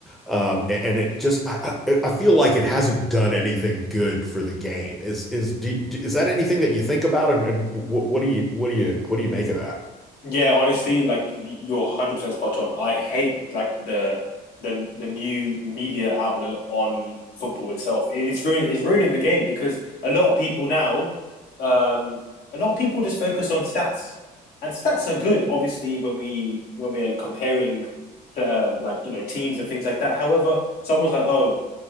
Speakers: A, in the centre; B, on the left (about 65°).
A: Um, a- and it just I, I feel like it hasn't done anything good for the game. Is is do- is that anything that you think about, and, and what, what do you what do you what do you make of that?
B: Yeah, honestly, like you're one hundred percent spot on. I hate like the the the new media outlet on football itself. It, it's ruining it's ruining the game because a lot of people now, um, a lot of people just focus on stats, and stats are good, obviously, when we when we are comparing, um, like you know teams and things like that. However, someone's like, oh